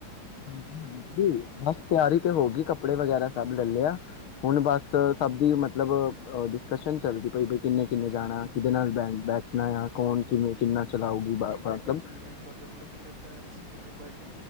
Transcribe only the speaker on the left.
ਹਾਂਜੀ ਹਾਂਜੀ ਬਸ ਤਿਆਰੀ ਤੇ ਹੋ ਗੀ ਕੱਪੜੇ ਵਗੈਰਾ ਸਭ ਲੈ ਲੇ ਆ ਹੁਣ ਬਸ ਸਭ ਦੀ ਮਤਲਬ ਡਿਸਕਸ਼ਨ ਚੱਲਦੀ ਪਈ ਬਈ ਕਿੰਨੇ ਕਿੰਨੇ ਜਾਣਾ ਕਿਦੇ ਨਾਲ ਬ ਬੈਠਣਾ ਆ ਕੌਣ ਕਿਵੇਂ ਕਿੰਨਾ ਚਲਾਊਗੀ
ਬ
ਮਤਲਬ